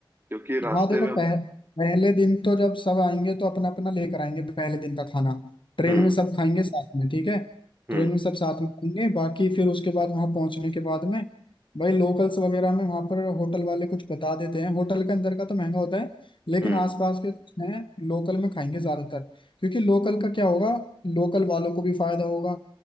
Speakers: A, on the right; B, on the left.
A: क्योंकि रास्ते
B: हाँ देखो
A: में हम-
B: पह, पहले दिन तो जब सब आएंगे तो अपना अपना लेकर आएंगे पहले दिन का खाना ट्रेन
A: हम्म
B: में सब खाएंगे साथ में ठीक है
A: हम्म
B: ट्रेन में सब साथ में खाएंगे बाकी फिर उसके बाद वहां पहुंचने के बाद में भाई लोकल्स वगैरह में वहां पर होटल वाले कुछ बता देते हैं होटल के अंदर का तो महंगा होता है लेकिन
A: हम्म
B: आसपास के कुछ हैं लोकल में खाएंगे ज्यादातर क्योंकि लोकल का क्या होगा लोकल वालों को भी फायदा होगा